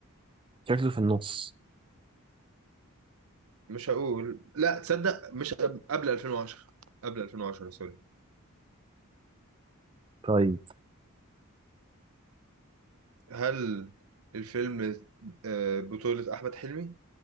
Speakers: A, on the right; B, on the right.
A: شكله في النص
B: مش هقول لا تصدق مش قبل قبل 2010 قبل 2010 سوري
A: طيب
B: هل الفيلم آه، بطولة أحمد حلمي